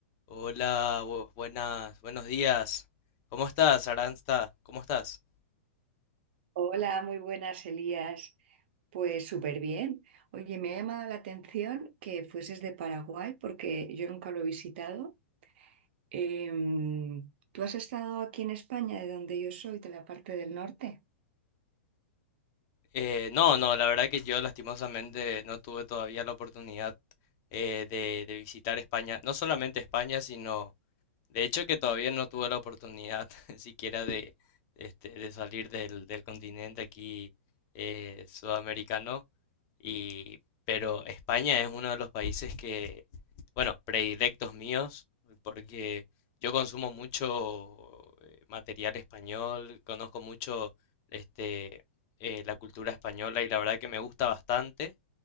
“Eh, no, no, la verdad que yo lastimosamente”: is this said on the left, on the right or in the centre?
Left